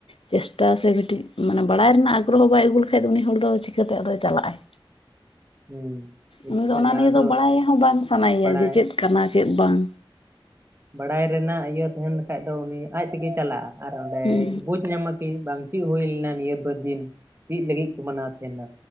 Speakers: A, on the left; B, on the right.
A: ᱪᱮᱥᱴᱟ ᱥᱮ ᱠᱟᱹᱴᱤᱡ ᱢᱟᱱᱮ ᱵᱟᱲᱟᱭ ᱨᱮᱱᱟᱜ ᱟᱜᱨᱚᱦᱚ ᱵᱟᱭ ᱟᱹᱜᱩ ᱞᱮᱠᱷᱟᱡ ᱩᱱᱤ ᱦᱚᱲ ᱫᱚ ᱪᱤᱠᱟᱹᱛᱮ ᱟᱫᱚᱭ ᱪᱟᱞᱟᱜᱼ ᱟᱭ
B: ᱦᱩᱸ
A: ᱩᱱᱤ ᱫᱚ ᱚᱱᱟ
B: ᱡᱟᱦᱟᱸ
A: ᱱᱤᱭᱮ ᱫᱚ ᱵᱟᱲᱟᱭ ᱦᱚᱸ ᱵᱟᱝ ᱥᱟᱱᱟᱭᱮᱭᱟ
B: ᱵᱟᱲᱟᱭ
A: ᱡᱮ ᱪᱮᱫ ᱠᱟᱱᱟ ᱪᱮᱫ ᱵᱟᱝ
B: ᱵᱟᱲᱟᱭ ᱨᱮᱱᱟᱜ ᱤᱭᱟᱹ ᱛᱟᱦᱮᱱ ᱞᱮᱠᱷᱟᱡ ᱫᱚ ᱩᱱᱤ ᱟᱡ ᱛᱮᱜᱮ ᱪᱟᱞᱟᱜᱼᱟ᱾ ᱟᱨ ᱚᱸᱰᱮ
A: ᱦᱮᱸ
B: ᱵᱩᱡ ᱧᱟᱢᱟ ᱠᱤ ᱵᱟᱝ ᱪᱮᱫ ᱦᱩᱭ ᱞᱮᱱᱟ ᱱᱤᱭᱟᱹ ᱵᱟᱨ ᱫᱤᱱ ᱪᱮᱫ ᱞᱟᱹᱜᱤᱫ ᱠᱚ ᱢᱟᱱᱟᱣ ᱛᱟᱦᱮᱱᱟ